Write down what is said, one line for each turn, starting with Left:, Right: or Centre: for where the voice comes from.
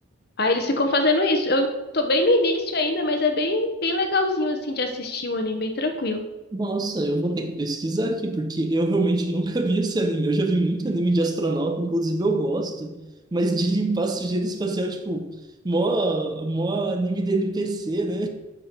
Left: Aí eles ficam fazendo isso. Eu tô bem no início ainda, mas é bem, bem legalzinho assim de assistir um anime bem tranquilo.
Right: Nossa, eu vou ter que pesquisar aqui, porque eu realmente nunca vi esse anime. Eu já vi muito anime de astronauta, inclusive eu gosto, mas de limpar sujeira espacial, tipo, mó, mó anime de NPC, né?